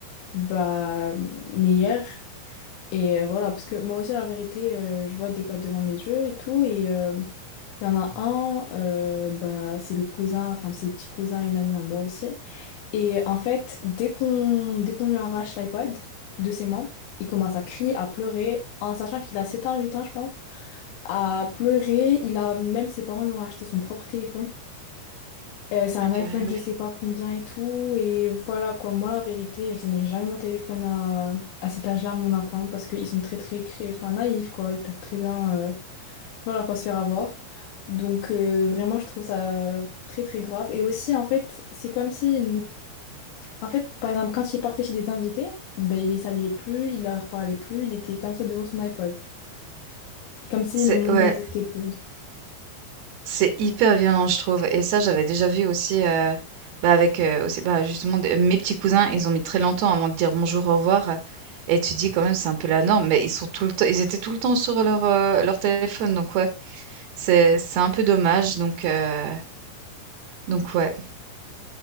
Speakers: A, on the left (about 85°); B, on the right (about 65°).
A: bah, meilleures. Et euh, voilà, parce que moi aussi, la vérité, euh, je vois des cas devant mes yeux et tout, et euh, il y en a un, euh, bah, c'est le cousin, enfin, c'est le petit cousin, une amie à moi aussi. Et en fait, dès qu'on dès qu'on lui arrache l'iPod de ses mains, il commence à crier, à pleurer, en sachant qu'il a 7 ans, 8 ans, je pense, à pleurer. Il a même ses parents lui ont acheté son propre téléphone. Euh, c'est un
B: Ah purée.
A: iPhone, je sais pas combien et tout. Et voilà quoi, moi la vérité, je donnerai jamais mon téléphone à, à cet âge-là à mon enfant parce qu'ils sont très très cré... enfin, naïfs quoi. Ils peuvent très bien euh, voilà quoi se faire avoir. Donc euh, vraiment, je trouve ça très très grave. Et aussi en fait, c'est comme si en fait, par exemple, quand il partait chez des invités, ben, il les saluait plus, il leur parlait plus, il était comme ça devant son iPod. Comme si
B: C'est,
A: le monde
B: ouais.
A: n'existait plus.
B: C'est hyper violent, je trouve et ça, j'avais déjà vu aussi, heu, bah, avec, heu, aussi, bah, justement des mes petits cousins, ils ont mis très longtemps avant de dire «bonjour, au revoir» et tu dis quand même c'est un peu la norme, mais ils sont tout le temps ils étaient tout le temps sur leur, heu, leur téléphone donc ouais, c'est c'est un peu dommage donc heu, donc ouais,